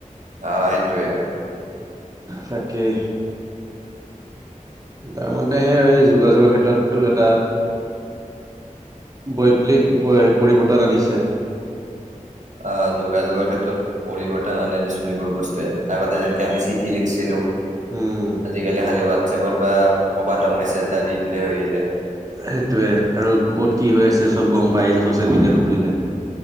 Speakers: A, on the right (about 65°); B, on the right (about 25°).
A: অ', সেইটোৱে।
B: তাকে। তাৰ মতেহে এই যোগাযোগৰ ক্ষেত্ৰতো এটা বৈপ্লি পৰিৱৰ্তন আনিছে।
A: আ, যোগাযোগৰ ক্ষেত্ৰত পৰিৱৰ্তন আনে দেচোন এইবোৰ বস্তুৱে আগতে যেনেকে আমি চিঠি লিখিছিলো।
B: উম
A: আজিকালি খালি উয়াতছাপত বা কবাত হক মেছেজ এটা দি দিলেই হৈয়ে যায়।
B: সেইটোৱে আৰু ক'ত কি হৈ আছে চব গম পায় যে ছ'চিয়েল মিডিয়াটো খুলিলে।